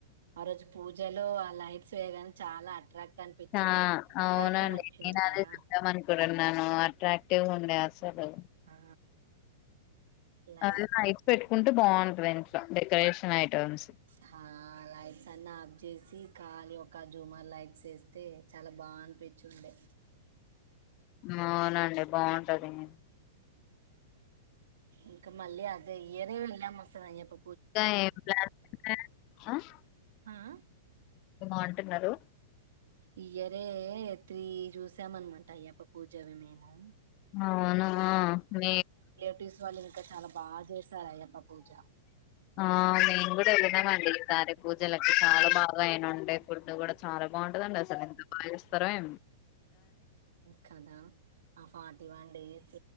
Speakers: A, on the right; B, on the left.
A: ఆ రోజు పూజలో లైట్స్ వేయగాన్ చాలా అట్రాక్ట్ అనిపించింది
B: ఆ
A: అట్రాక్షన్
B: అవునండి
A: వచ్చింది
B: నేను
A: కదా
B: అదే చూద్దాం అనుకున్నాను. నను అట్రాక్టివ్ ఉండే అసలు
A: ఆ లైట్స్
B: అది లైట్ పెట్టుకుంటే బాగుం షాప్ డెకరేషన్ ఐటమ్స్
A: హా లైట్స్ అన్ని ఆఫ్ చేసి కాలి ఒక జూమర్ లైక్స్ వస్తే చాలా బా అనిపించి ఉండే
B: అవునండి బాగుం అంటదని
A: ఇంకా మళ్ళి అదే ఏరేవిలా మసయ్యప్ప
B: <unintelligible>
A: ఆ
B: బాగుంటున్నారు
A: ఇయ్యరే తి చూసామనమాట అయ్యప్ప పూజవి మేము
B: అవును న
A: పోటీస్ వాళ్ళు ఇంకా చాలా బాగా చేశారు అయ్యప్ప పూజ
B: ఆ మేయిన్ కూడా వెళ్ళదామ అండి పూజలకి చాల బా బయన ఉండే ఫుడ్ కూడా చాలా బాగుంటుందండి అసలు ఎంత బాగా చేస్తారో ఏం
A: కదా ఆ ఫ ఫటీ వన్ డేస్